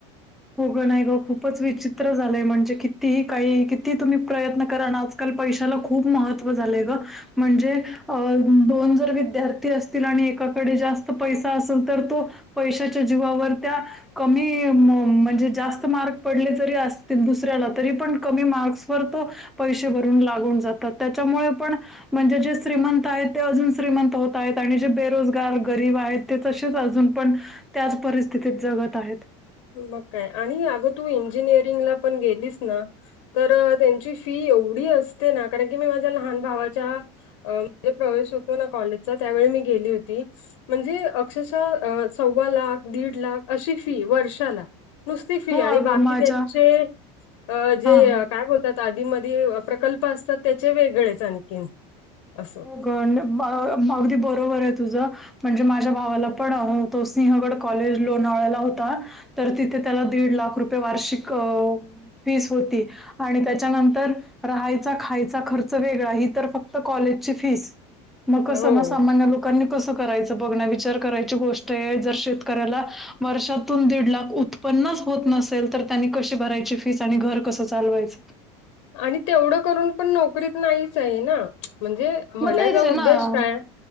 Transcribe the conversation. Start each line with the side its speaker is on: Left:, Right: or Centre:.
Centre: होगं नाही ग खूपच विचित्र झालंय म्हणजे किती काही किती तुम्ही प्रयत्न करा आज काल पैशाला खूप महत्त्व झालंय गं. म्हणजे अ दोन जर विद्यार्थी असतील आणि एकाकडे जास्त पैसा असल तर तो पैशाच्या जीवावर त्या कमी म म्हणजे जास्त मार्क पडले जरी असतील दुसऱ्याला तरी पण कमी मार्क्सवर तो पैसे भरून लागून जातात त्याच्यामुळे पण म्हणजे जे श्रीमंत आहेत ते अजून श्रीमंत होत आहेत आणि जे बेरोजगार गरीब आहेत. ते तसेच अजून पण त्याच परिस्थितीत जगत आहेत.
Left: मग काय आणि अगं तू इंजिनिअरिंगला पण गेलीस ना, तर त्यांची फी एवढी असते ना कारण की मी माझ्या लहान भावाच्या अ म्हणजे प्रवेश होतो ना कॉलेजचा त्यावेळी मी गेली होती. म्हणजे अक्षरशः अ सव्वा लाख दीड लाख अशी फी वर्ष झाला नुसती फी
Centre: हो अगं
Left: आणि बाकी
Centre: माझ्या
Left: त्यांचे अ जे
Centre: हा हा.
Left: काय बोलतात. त आधी मधी प्रकल्प असतात त्याचे वेगळेच आणखीन. असं.
Centre: गण अ अगदी बरोबर आहे तुझं. म्हणजे माझ्या भावाला पण तो सिंहगड कॉलेज लोणावळ्याला होता. तर तिथे त्याला दीड लाख रुपये वार्षिक अ फीस होती आणि त्याच्यानंतर राहायचा खायचा खर्च वेगळा ही तर फक्त कॉलेजची फीस मग कस
Left: हो
Centre: ना सामान्य लोकांनी कसं करायचं? बघ ना विचार करायची गोष्ट आहे जर शेतकऱ्याला वर्षातून दीड लाख उत पन्नास होत नसेल तर त्यांनी कशी भरायची फीस आणि घर कसं चालवायचं?
Left: आणि तेवढं करून पण नोकरीत नाहीच आहे ना. म्हणजे म्हणायचा
Centre: मग तेच आहे
Left: उद्देश
Centre: ना
Left: काय